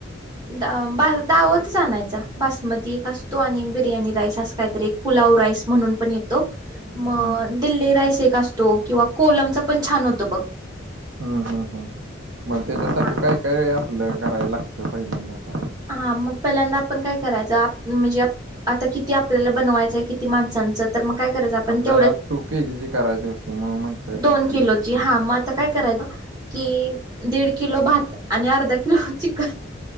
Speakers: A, on the right; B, on the right.
A: दा बा दावतच आणायचा बासमती एक असतो आणि बिर्याणी राईस अस काहीतरी एक, पुलाव राईस म्हणून पण एक मग
B: हम्म
A: दिल्ली रायस एक असतो किंवा कोलमचा पण छान होतो बघ
B: हम् हम्म हम् मग त्याच्यासाठी
A: हा
B: काय काय आपलं कराय लागतं पहिल्यांदा काय?
A: हा मग पहिल्यांदा आपण काय करायचं म्हणजे? आता किती आपल्याला बनवायचंय किती माणसांचं? तर मग काय करायचं आपण
B: आपल्याला
A: तेवढ
B: टू के जीची करायची होती म्हणून म्हंटलं
A: दोन
B: किती
A: किलोची तर हा मग आता काय करायचं की दीड किलो भात आणि अर्धा किलो चिकन